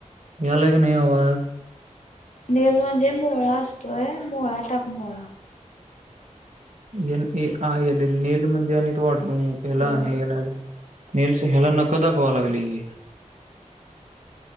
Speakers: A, on the right (about 65°); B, on the left (about 70°).
A: यायला क नाही आवाज
B: नेल म्हणजे मोळा असतोय मोळा टाक मोळा.
A: N A I L nail म्हणजे आणि
B: हॅलो
A: हेला नेल आलं नेल्स ह्याला नखं दाखवा लागली की.